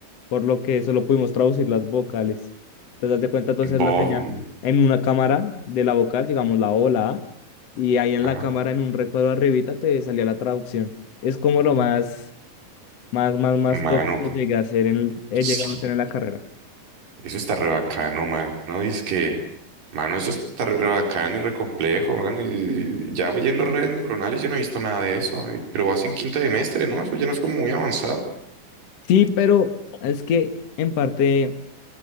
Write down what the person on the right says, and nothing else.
Bob,
mm,
ajá.
Mano,
sí.
Eso está re bacano, mano. Y es que, mano, eso está re bacano y re complejo, mano. Y ya voy yendo redes neuronales, yo no he visto nada de eso. y- Pero vas en quinto semestre, ¿no? Eso ya no es como muy avanzado.